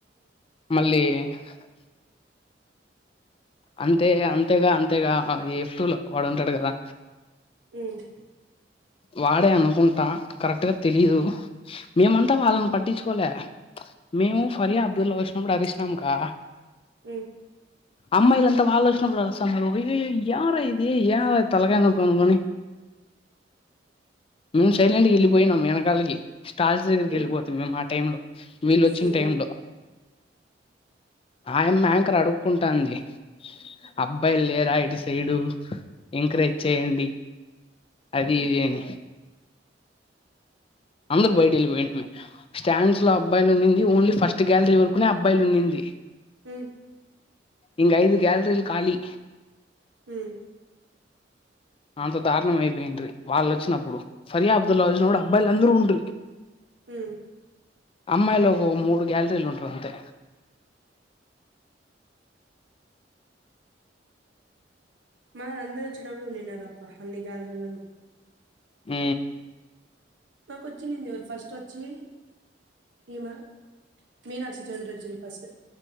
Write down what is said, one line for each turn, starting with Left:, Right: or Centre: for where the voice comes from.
Left: మళ్ళీ <unintelligible> అంతే అంతేగా అంతేగా ఎఫ్ టూ లో వాడు ఉంటాడు కదా
Right: <unintelligible>
Left: వాడే అనుకుంటా కరెక్ట్గా తెలీయదు మేమంతా వాళ్ళని పట్టించుకోలే మేము ఫరియా అబ్దుల్ వచ్చినప్పుడు అరిసినాంకా
Right: అ
Left: అమ్మాయిలంతా వాలో వచినప్పుడు అలుస్తన్నారుా అయ్యాయో యారా ఇది యారా తల కాయ నొప్పి అనుకని మేము సైలెంట్కి వెళ్ళిపోయినాం వెనకాలకి స్టాల్స్ దగ్గరికి
Right: హ్మ్
Left: వెళ్ళిపోతాం మేము ఆ టై లో వీళ్ళు వచ్చిన
Right: హ్మ్
Left: టై లో ఆయమ్మ యాంకర్ అడుగుకుంటాన్ది అబ్బాయి లే రా ఇటి సైడు ఎంకరేజ్ చేయండి అది
Right: హ్మ్
Left: ఇది అని అందరుూ బయట వెళ్ళియి స్టాండ్స్ లో అబ్బాయిలు ఉంది ఓన్లీ ఫస్ట్ గ్యాలరీ వరకునే అబ్బాయిలు ఉన్నింది
Right: హ
Left: ఇంగ్ ఐదు గ్యాలరీ లు కాలిీ
Right: హ
Left: అంత దారుణం అయిపోయిండ్రి వాళ్ళు వచ్చినప్పుడు ఫర్యా అబ్దుల్లా కూడా అబ్బాయిలు అందరూ ఉండ్రి
Right: హ
Left: అమ్మాయిలో ఒక మూడు గ్యాలరీలు ఉంటారు అంతే
Right: మరి అందరూ వచ్చినప్పుడు ఉండిన్నారుారప్ప అన్ని గ్యాలరీ లో ను
Left: ఆ
Right: మాకు వచ్చిందింది ఎవరు ఫస్ట్ వచ్చి ఈ మా మీనాక్షి చౌదరి వచ్చింది ఫస్ట్